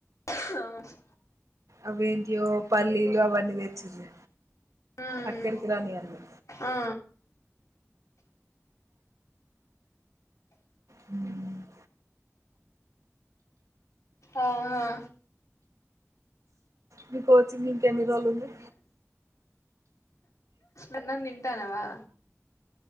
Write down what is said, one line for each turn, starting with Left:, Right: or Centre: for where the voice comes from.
Left: అవున
Right: అవేంటియో పల్లీలు అవన్నీ దేచ్చింది
Left: మ్మ్
Right: అక్కడిరాని ఇవన్నీ
Left: ఆ
Right: ఉమ్
Left: ఆహ్ ఆ
Right: మీ కోచింగ్ ఇంకా ఎన్ని రోజులుంది
Left: అన్నం తింటానవా